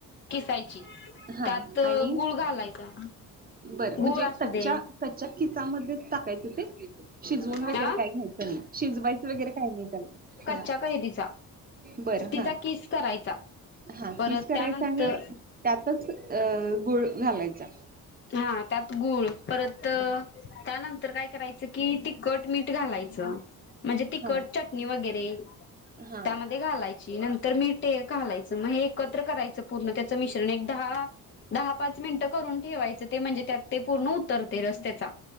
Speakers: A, on the left; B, on the right.
A: किसायची
B: हा
A: त्यात
B: आणि
A: गुळ घालायचा.
B: बरं म्हणजे
A: गुळ असू
B: कच्च्या
A: दे
B: कच्च्या खिचामध्येच टाकायचं ते शिजवून
A: हा
B: वगैरे काय घ्यायच. शिजवायच वगैरे काही नाही त्याला
A: कच्च्या
B: हा
A: कैरीचा
B: बरं
A: तिचा
B: हा
A: किस करायचा
B: हा
A: परत
B: किस करायचा
A: त्यानंतर
B: आणि त्यातच अ गुळ घालायचा.
A: हा त्यात गुळ परत त्यानंतर
B: हा
A: काय करायचं की तिखट, मीठ घालायचं. म्हणजे तिखट
B: हा
A: चटणी वगैरे
B: हा
A: त्यामध्ये घालायची नंतर मी ते घालायचं मग एकत्र करायचं पूर्ण त्याचं मिश्रण एक दहा दहा पाच मिनटं करून ठे ते म्हणजे त्यात ते पूर्ण उतरते रस् त्याचा